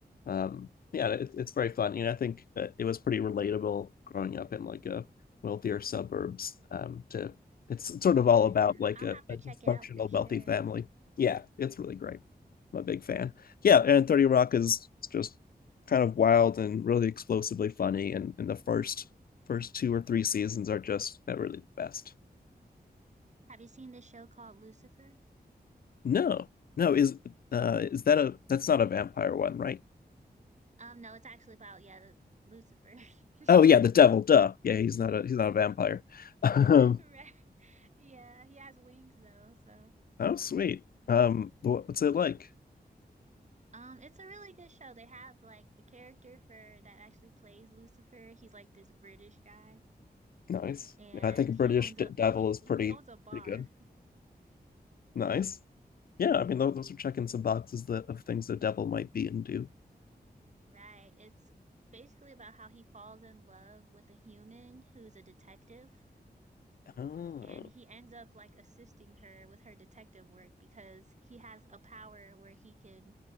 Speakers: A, on the left; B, on the right.
A: Um, yeah, it, it's very fun. You know, I think uh, it was pretty relatable growing up in like a wealthier suburbs um, to it's, it's sort of all
B: Oh yeah,
A: about like
B: I'll
A: a,
B: have to
A: a
B: check
A: dysfunctional
B: it out for sure.
A: wealthy family. Yeah, it's really great. I'm a big fan. Yeah, and 30 Rock is just kind of wild and really explosively funny. And, and the first first two or three seasons are just not really the best.
B: Have you seen this show called Lucifer?
A: No, no, is uh is that a that's not a vampire one, right?
B: Um, no, it's actually about yeah, the, Lucifer.
A: Oh
B: <laughs>
A: yeah, the devil, duh. Yeah, he's not a he's not a vampire. <laughs> Um,
B: Right. Yeah, he has wings though, so.
A: oh sweet. Um, what's it like?
B: Um, it's a really good show. They have like the character for that actually plays Lucifer. He's like this British guy.
A: Nice.
B: and
A: Yeah, I think a
B: he
A: British
B: owns a
A: devil
B: and he
A: is
B: he
A: pretty
B: he owns a bar.
A: pretty good. Nice. Yeah, I mean, tho- those are checking some boxes that of things the devil might be and do.
B: Right. It's basically about how he falls in love with a human who's a detective
A: Oh,
B: and he ends up like assisting her with her detective work because he has a power where he can